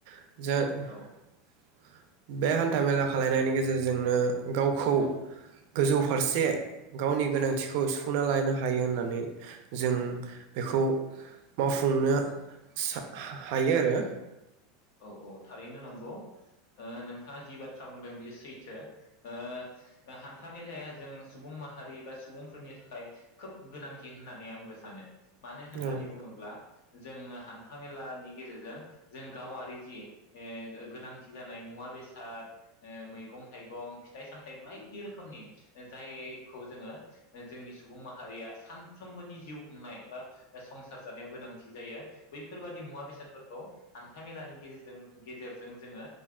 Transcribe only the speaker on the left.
औ
औ औ थारैनो नंगौ ओ नोंथाङा जि बाथ्रा बुंदों बेयो सैथो ओ हान्था मेलाया जों सुबुं माहारि बा सुबुंफोरनि थाखाय खोब गोनांथि होननानै आंबो सानो। मानो होननानै
बुङोब्ला जोङो हान्था मेलानि गेजेरजों जों गावारि जि ए गोनांथि जानाय मुवा बेसाद ओ मैगं थाइगं फिथाइ सामथाइ बायदि रोखोमनि ओ जायखौ जोङो ओ जोंनि सुबुं माहारिया सानफ्रोमबोनि जिउ खुंनाय बा संसार जानायाव गोनांथि जायो बैफो फोरबादि मुवा बेसादफोरखौ हान्था मेलानि गेजेरजों गेजेरजों जोङो